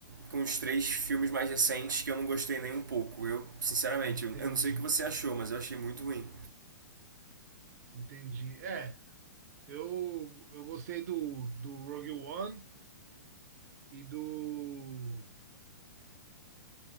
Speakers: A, on the right; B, on the right.
A: com os três filmes mais recentes que eu não gostei nem um pouco. Eu, sinceramente,
B: Entendi,
A: eu, eu não sei o que você achou, mas eu achei muito ruim.
B: entendi. É, eu, eu gostei do, do Rogue One e do,